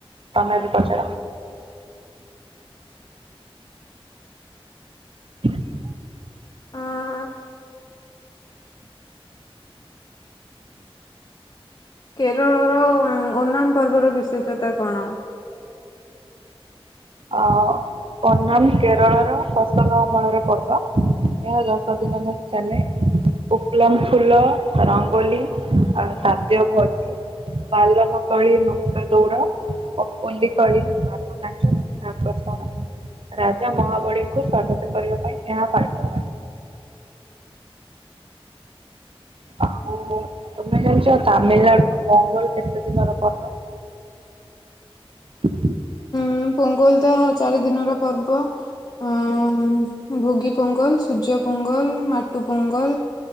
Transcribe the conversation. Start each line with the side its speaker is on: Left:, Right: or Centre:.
Right: ତମେ ବି ପଚାର? <inaudible>
Left: ଆଁ-ଆଁ କେରଳର ଓନାମ୍ ପର୍ବର ବିଶେଷତା କଣ?
Right: ଅ ଓନାମ୍ କେରଳର ଫସଲ ଅମଳର ପର୍ବ। ଏହା ଦଶ ଦିନ ଧରି ଚାଲେ। ଓକ୍ଲମ ଫୁଲ, ରଙ୍ଗୋଲି, ଆଉ ସାଦ୍ୟ ଭୋଜି ବାଲ ମା କଳି, ନଚ ଦଉଡ, ଓକଲି କଳି, ବାଘ ନାଚ <unintelligible> ରାଜା ମହାବଳୀଙ୍କୁ ସ୍ଵାଗତ କରିବା ପାଇଁ ଏହା ପାଳିତ। ଆଉ, ତମେ ଜାଣିଛ! ତାମିଲନାଡୁ ର ପୋଙ୍ଗୋଲ୍ କେତେ ଦିନର ପର୍ବ? <inaudible>
Left: ହଁ, ପୋଙ୍ଗଲ ତ ଚାରି ଦିନର ପର୍ବ। ଅଁ-ଅଁ ଭୋଗୀ ପୋଙ୍ଗ, ଲ ସୂର୍ଯ୍ୟ ପୋଙ୍ଗଲ, ମାଟୁ ପୋଙ୍ଗଲ।